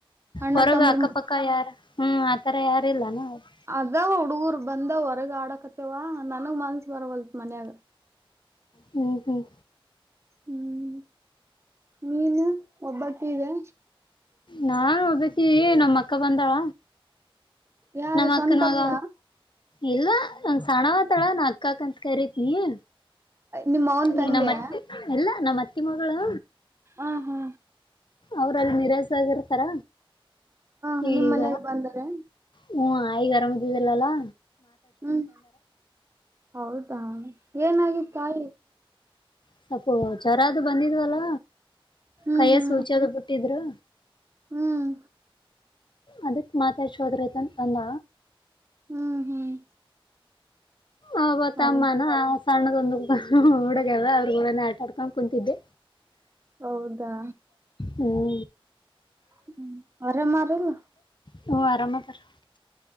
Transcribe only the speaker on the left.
ಹೊರಗ
ಅಕ್ಕಪಕ್ಕ
ಯಾರ ಹ್ಮ್ ಆತರ ಯಾರ ಇಲ್ಲಾನ ಅವರು
ಹ್ಮ್ ಹ್ಮ್
ನಾನ್ ಒಬ್ಬಾಕಿ ನಮ್ಮ ಅಕ್ಕ ಬಂದಾಳ
ನಮ್
ಅಕ್ಕನ್ ಮಗ ಇಲ್ಲ ಒಂದ ಸಣ್ಣ ತಳ ನ ಅಕ್ಕಕ್ಕ ಅಂತ ಕರಿತೀನಿ
ಈಗ ನಮ್ಮ್ತ್ತಿ ಎಲ್ಲ ನಮ್ಮ ಅತ್ತಿ ಮಗಳು
ಅವ್ರಲ್ಲಿ ನಿರಾಸಾಗಿರ್ತಾರ
ಈಗ
ಹ್ಮ್ ಆ ಈಗ ಆರಾಮದಿದಿಲ್ಲಲ್ಲಾ
ಸ್ವಪೋ ಜ್ವರದು ಬಂದಿದ್ವಲ್ಲ
ಕೈಯ
ಸುಚಿಯದು ಬಿಟ್ಟಿದ್ರು
ಅದಕ್ ಮಾತಾಡ್ಸೋದ್ರ ಐತಂತ ಅಂದ
ಒಬ್ಬ
ತಮ್ಮನೋ ಸಣ್ಣದೊಂದು ಹುಡುಗ ಊರಗೆಲ್ಲ ಅವ್ರಗೇನ್ ಆಟ ನಾ ಕುಂತಿದ್ದೆ
ಹ್ಮ.
ಹ್ಮ ಆರಾಮ ಅಕ್ಕ